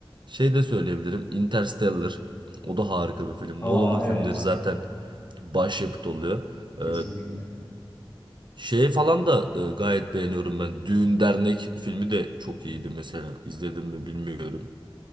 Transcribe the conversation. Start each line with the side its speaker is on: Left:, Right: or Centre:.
Right: şey de söyleyebilirim. Interstellar. O da harika bir film.
Left: Aa
Right: Nolan'ın filmleri
Left: evet,
Right: zaten başyapıt oluyor.
Left: kesinlikle.
Right: Ee, şey falan da e, gayet beğeniyorum ben. Düğün Dernek filmi de çok iyiydi mesela. İzledim mi bilmiyorum.